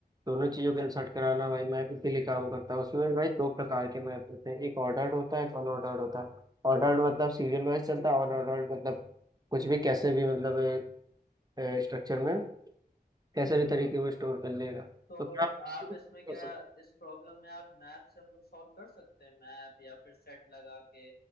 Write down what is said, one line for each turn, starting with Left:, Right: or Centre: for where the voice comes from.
Right: दोनों चीज़ों को इंसर्ट कराना भाई मैप इसीलिए काम करता है उसमें भाई दो प्रकार के मैप होते हैं एक ऑर्डर्ड होता है एक अनऑर्डर्ड होता है ऑर्डर्ड मतलब सीरियल वाइज चलता है अनऑर्डर्ड मतलब कुछ भी कैसे भी मतलब स्ट्रक्चर में कैसे
Left: हाँ
Right: भी तरीके वो स्टोर कर लेगा
Left: तो
Right: तो क्या आप इससे
Left: आप
Right: भी
Left: इसमें
Right: कर
Left: क्या
Right: सकते
Left: इस प्रॉब्लम में आप मैप से हम लोग सॉल्व कर सकते हैं मैप या फिर सेट लगा के